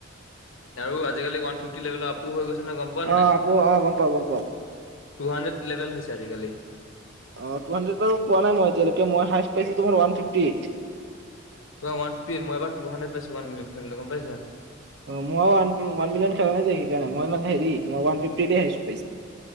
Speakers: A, on the left; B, on the right.
A: আৰু আজিকালি ওৱান ফিফটি লেভেল আপো হৈ গৈছে নহয় গ'ম পোৱা?
B: অ'
A: নাই
B: আপো গ'ম পাওঁ গ'ম পাওঁ।
A: টু হাণ্ড্ৰেড লেভেল হৈছে আজিকালি।
B: অ' টু হাণ্ড্ৰেদ বাৰু পোৱা নাই এতিয়ালৈকে, মই হায়েষ্ট পাইছো তোমাৰ ওৱান ফিফটি এইট।
A: তোমাৰ ৱান ফিফটি এইট, মই এইবাৰ টু হাণ্ড্ৰেড পাইচো ৱান মিলিয়ন খেলোতে গ'ম পাইছা।
B: অ' মই ওৱান ৱান মিলিয়ন খেলা নাই যে, সেইকাৰণ মই মানে হেৰি তোমাৰ ওৱান ফিফটি এইটে পাইছো হাইয়েষ্ট।